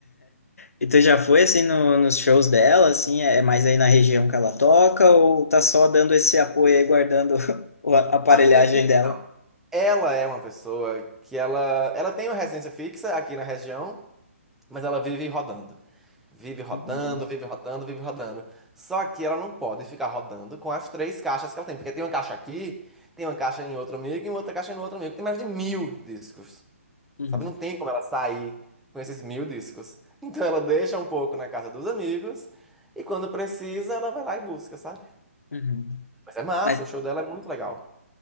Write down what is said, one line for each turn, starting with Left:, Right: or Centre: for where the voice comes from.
Left: E tu já foi assim no- nos shows dela, assim, é é mais aí na região que ela toca, ou tá só dando esse apoio aí, guardando <laughs> o a aparelhagem
Centre: A vida-
Left: dela?
Centre: Ela é uma pessoa que ela, ela tem uma residência fixa aqui na região, mas ela vive rodando. Vive rodando,
Left: Uhum,
Centre: vive rodando, vive rodando. Só que ela não pode ficar rodando com as três caixas que ela tem, porque tem uma caixa aqui, tem uma caixa em outro amigo e outra caixa em outro amigo. Tem mais de mil discos,
Left: uhum,
Centre: sabe? Não tem como ela sair com esses mil discos. Então ela deixa um pouco na casa dos amigos e quando precisa ela vai lá e busca, sabe?
Left: uhum.
Centre: Mas é massa,
Left: Mas,
Centre: o show dela é muito legal.